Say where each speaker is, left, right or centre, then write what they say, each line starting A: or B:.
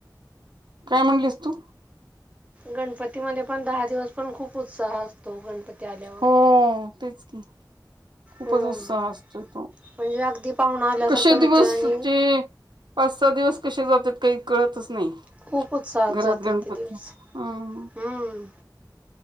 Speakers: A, on the right; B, on the right.
A: काय म्हणलीस तू?
B: गणपतीमध्ये पण दहा दिवस पण खूप उत्साह असतो. तो गणपती आल्या
A: हो, हो, तेच की. खूपच
B: हम्म
A: उत्साह असतो तो
B: म्हणजे अगदी पाहुणा आल्यासारखंच
A: कशी
B: होतं
A: दिवस
B: आणि
A: ज पाच, सहा दिवस कसे जातात काही कळतच नाही.
B: खूप उत्साहात
A: घरात
B: जातात
A: गणपती
B: ते दिवस.
A: हम्म.
B: हम्म